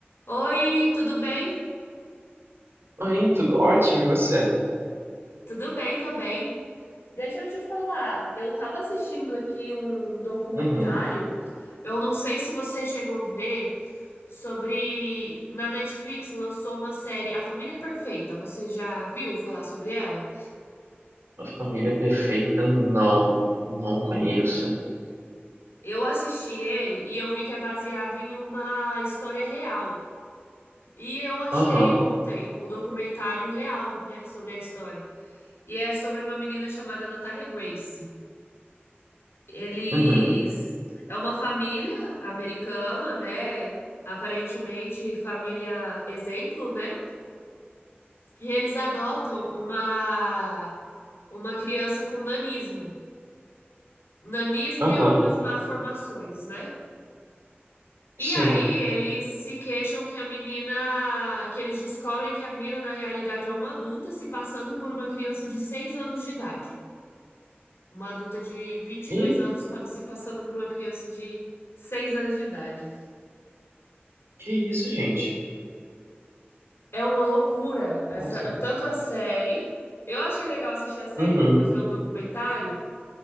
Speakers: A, on the left (about 80°); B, on the right (about 85°).
A: Oi, tudo bem?
B: Oi, tudo ótimo, e você?
A: Tudo bem também. Deixa eu te falar, eu tava assistindo aqui um documentário,
B: Uhum.
A: eu não sei se você chegou a ver, sobre. Na Netflix lançou uma série, A Família Perfeita. Você já viu falar sobre ela?
B: Uma família perfeita? Não, não conheço.
A: Eu assisti ele e eu vi que é baseado em uma história real. E eu achei
B: Aham,
A: ontem o documentário real, né, sobre a história. E é sobre uma menina chamada Natália Grace. Eles
B: uhum,
A: é uma família americana, né? Aparentemente família exemplo, né? E eles adotam uma uma criança com nanismo, nanismo
B: aham,
A: e algumas malformações, né? E
B: sim.
A: aí eles se queixam que a menina, que eles descobrem que a menina na realidade é uma adulta se passando por uma criança de 6 anos de idade. Uma adulta de vinte e dois
B: Ih,
A: anos pa- se passando por uma criança de 6 anos de idade.
B: que isso, gente?
A: É uma loucura. Essa,
B: Nossa.
A: tanto a série. Eu achei legal assistir a série
B: Uhum,
A: e depois ver o documentário,